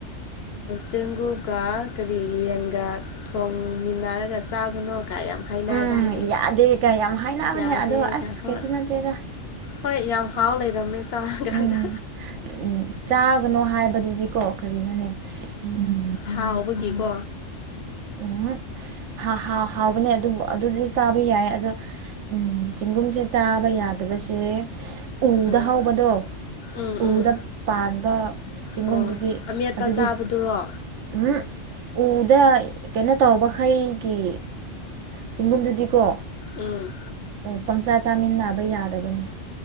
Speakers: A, on the left (about 60°); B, on the right (about 75°).
A: ꯆꯦꯡꯒꯨꯞꯒ ꯀꯔꯤ ꯌꯦꯟꯒ ꯊꯣꯡꯃꯤꯟꯅꯔꯒ ꯆꯥꯒꯅꯣ ꯀꯒꯥꯏꯝ ꯍꯥꯏꯅꯗꯥꯥꯏꯅꯦ
B: ꯎꯝ ꯌꯥꯗꯦꯒ ꯌꯥꯝ ꯍꯥꯏꯅꯕꯅꯦ
A: ꯌꯥꯗꯦꯗ
B: ꯑꯗꯣ ꯑꯁ
A: ꯍꯣꯏ
B: ꯀꯩꯁꯨ ꯅꯠꯇꯦꯗ
A: ꯍꯣꯏ ꯌꯥꯎ ꯍꯥꯎ ꯂꯩꯔꯝꯃꯦ ꯆꯥ ꯀꯥꯟꯗ
B: ꯎꯝ ꯎꯝ ꯆꯥꯒꯅꯣ ꯍꯥꯏꯕꯗꯨꯗꯤꯀꯣ ꯀꯔꯤꯅꯣꯅꯦ ꯎꯝ
A: ꯍꯥꯎꯕꯒꯤꯀꯣ
B: ꯎꯝ ꯍꯥꯎ ꯍꯥꯎꯕꯅꯦ ꯑꯗꯨꯕꯨ ꯑꯗꯨꯗꯤ ꯆꯥꯕ ꯌꯥꯏ ꯑꯗꯣ ꯎꯝ ꯆꯦꯡꯒꯨꯝꯁꯦ ꯆꯥꯕ ꯌꯥꯗꯕꯁꯦ ꯎꯗ
A: ꯎꯝ
B: ꯍꯧꯕꯗꯣ
A: ꯎꯝ
B: ꯎꯗ
A: ꯎꯝ
B: ꯄꯥꯟ ꯆꯤꯡꯒꯨꯝꯗꯨꯗꯤ
A: ꯑꯣ ꯑꯃꯦꯠꯄ
B: ꯑꯗꯨꯗꯤ
A: ꯆꯥꯕꯗꯨꯔꯣ
B: ꯎꯝ ꯎꯗ ꯀꯩꯅꯣ ꯇꯧꯕꯈꯩꯒꯤ ꯆꯤꯡꯒꯨꯝꯗꯨꯗꯤꯀꯣ
A: ꯎꯝ
B: ꯄꯪꯆꯥ ꯆꯥꯃꯤꯟꯅꯕ ꯌꯥꯗꯕꯅꯤ